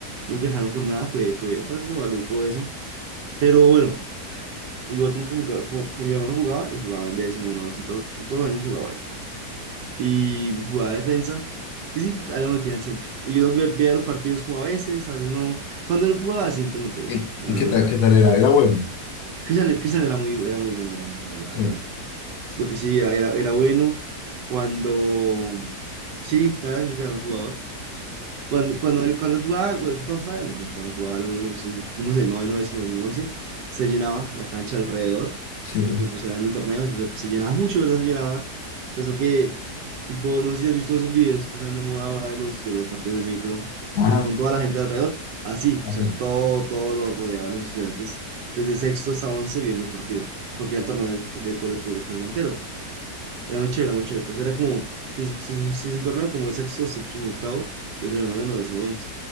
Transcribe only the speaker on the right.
nunca dejaron con nada, fue, fue, fue bastante maluco eso, pero bueno, igual como que jugaba, como, pues mi hermano jugaba y jugaba en décimo, en once, todos, los- todos los años jugaba él, y jugaba defensa, y sí, a él lo metían siempre, y yo ve- veía los partidos como a veces, a veces no, cuando él jugaba siempre los veía,
la
verdad.
Cristian, Cristian era muy, era muy bueno, era muy bueno, la
verdad. Siento que sí, era, era, era bueno. Cuando. Sí, la verdad, siento que era buen jugador. Cuando, cuando, él, cuando él jugaba, cuando, cuando jugaba, no sé, cuando jugaban los equipos, no sé, noveno, décimo, décimo, once, se llenaba la cancha alrededor,
porque pues era en el torneo, eso se, se llenaba mucho, ¿verdad? Se llenaba. O sea, eso que, tipo, no sé si has visto esos videos que están de moda ahora de los, de los partidos de micro,
que son con toda la gente alrededor, así,
o sea, todo, todo lo rodeaban los estudiantes, desde sexto hasta once viendo el partido, porque era el torneo del, del, cole- cole- colegio entero. Era muy chévere, era muy chévere. Entonces era como, pues, se, se, se torneo como de sexto, séptimo, octavo, y otro de noveno, décimo y once.